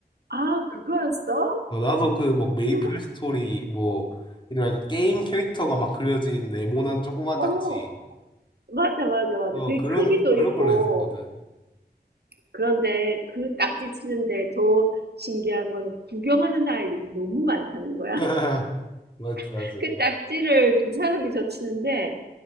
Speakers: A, on the right; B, on the left.
A: 아 그거였어?
B: 어, 나도 그 뭐 메이플
A: 음,
B: 스토리 뭐 이런 약간 게임 캐릭터가 막 그려진 네모난 조그만
A: 어
B: 딱지
A: 맞아 맞아 맞아
B: 뭐
A: 그게
B: 그런
A: 크기도
B: 그런
A: 있고
B: 걸로 했었거든.
A: 그런데 그 딱지 치는데 더 신기한 건 구경하는 아이들이 너무 많다는 거야.
B: <laughs> 맞지,
A: <laughs>
B: 맞지.
A: 그 딱지를 두 사람이서 치는데